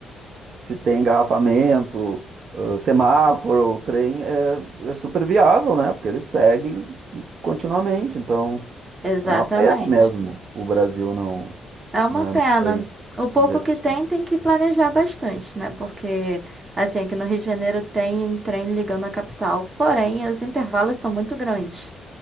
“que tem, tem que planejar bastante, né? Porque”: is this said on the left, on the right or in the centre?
Right